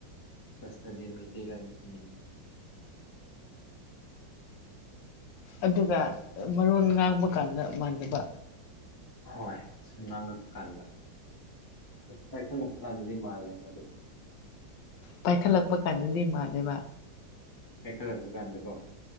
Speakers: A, on the left (about 25°); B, on the left (about 80°).
A: ꯐꯥꯔꯁꯇꯗꯤ ꯃꯩꯇꯩꯔꯥꯏꯅ ꯈꯪꯉꯤꯅꯤ
B: ꯑꯗꯨꯒ ꯃꯔꯣꯟ ꯉꯥꯡꯕ ꯀꯥꯟꯗ ꯃꯥꯟꯅꯕ
A: ꯍꯣꯏ ꯁꯨꯝ ꯉꯥꯡꯉꯛꯄ ꯀꯥꯟꯗ ꯄꯥꯏꯈꯠꯂꯛꯄ ꯀꯥꯟꯗꯗꯤ ꯃꯥꯜꯂꯦꯕ ꯑꯗꯨꯗꯣ
B: ꯄꯥꯏꯈꯠꯂꯛꯄ ꯀꯥꯟꯗꯗꯤ ꯃꯥꯜꯂꯦꯕ
A: ꯑꯦꯈꯂꯁꯨ ꯀꯥꯟꯗꯀꯣ